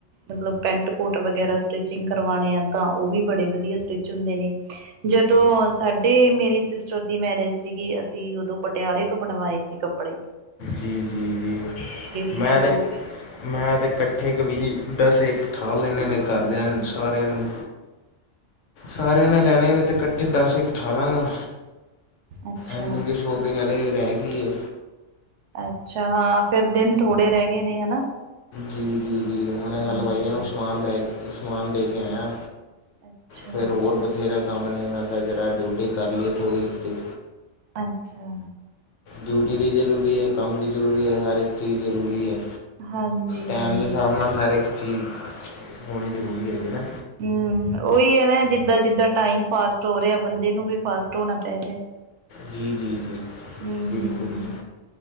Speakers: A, on the right; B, on the left.
A: ਮਤਲਬ ਪੈਂਟ ਕੋਟ। ਟ ਵਗੈਰਾ ਸਟਿਚਿੰਗ ਕਰਵਾਉਣੇ ਆ ਤਾਂ ਉਹ ਵੀ ਬੜੇ ਵਧੀਆ ਸਟਿੱਚ ਹੁੰਦੇ ਨੇ। ਜਦੋਂ ਸਾਡੇ ਮੇਰੀ ਸਿਸਟਰ ਦੀ ਮੈਰਿਜ ਸੀਗੀ ਅਸੀਂ ਉਦੋਂ ਪਟਿਆਲੇ ਤੋਂ ਬਣਵਾਏ ਸੀ ਕੱਪੜੇ। ਪੜ੍ਹੀ।
B: ਜੀ ਜੀ ਜੀ
A: ਸੀਗੇ
B: ਮੈਂ
A: ਉਦੋਂ
B: ਤੇ। ਮੈਂ ਤਾਂ ਇਕੱਠੇ ਕ ਵੀ ਦਸੇ ਠਾਹ ਲੈਂਦੇ ਨੇ ਘਰਦਿਆਂ ਸਾਰਿਆਂ ਨੂੰ। ਸਾਰਿਆਂ ਨੇ ਲੈਣੇ ਨੇ ਅਤੇ ਇਕੱਠੇ ਦਸ ਇਕ ਠਾ ਲਾਂਗਾ।
A: ਅੱਛਾ
B: ਐਨ ਮੇਰੀ
A: ਅੱਛਾ
B: ਸ਼ੋਪਿੰਗ ਹਲੇ ਰਹਿ ਗਈ ਹੈ।
A: ਅੱਛਾ ਹਾਂ ਫਿਰ ਦਿਨ ਥੋੜੇ ਰਹਿ ਗਏ ਨੇ ਹਨਾ।
B: ਜੀ ਜੀ ਜੀ ਹੁਣ
A: ਹੂੰ,
B: ਹਲਵਾਈਆਂ ਨੂੰ ਸਮਾਨ ਦੇ ਕੇ ਸਮਾਨ ਦੇ ਕੇ ਆਇਆ।
A: ਅੱਛਾ,
B: ਫੇਰ ਹੋਰ ਬਥੇਰਾ ਕੰਮ ਲ ਮੈਂ ਕਿਹਾ ਜਰਾ ਡਿਊਟੀ ਕਰ ਲਈਏ ਥੋੜ੍ਹੀ ਜੀ
A: ਅੱਛਾ।
B: ਡਿਊਟੀ ਵੀ ਜ਼ਰੂਰੀ ਹੈ। ਕੰਮ ਵੀ ਜ਼ਰੂਰੀ ਹੈ। ਹਰ ਇੱਕ ਚੀਜ਼ ਜ਼ਰੂਰੀ ਹੈ।
A: ਹਾਂਜੀ-ਹਾਂਜੀ।
B: ਟੈਮ ਦੇ ਹਿਸਾਬ ਨਾਲ ਹਰ ਇੱਕ ਚੀਜ਼ ਹੋਣੀ ਜ਼ਰੂਰੀ ਹੈਗੀ ਨਾ।
A: ਹਮ ਉਹੀ ਹੈ ਨਾ ਜਿੱਦਾਂ ਜਿੱਦਾਂ ਟਾਈਮ ਫਾਸਟ ਹੋ ਰਿਹਾ ਬੰਦੇ ਨੂੰ ਵੀ ਫਾਸਟ ਹੋਣਾ ਪੈ ਰਿਹਾ।
B: ਜੀ ਜੀ ਜੀ
A: ਹੂੰ,
B: ਬਿਲਕੁਲ ਜੀ।